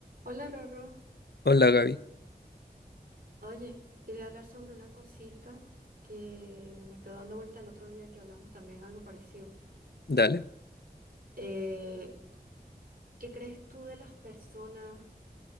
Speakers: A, on the right; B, on the left.
A: Hola Rorro,
B: Hola Gaby,
A: oye, quería hablar sobre una cosita que me quedó dando vuelta el otro día que hablamos también algo parecido.
B: dale.
A: Eh, ¿qué crees tú de las personas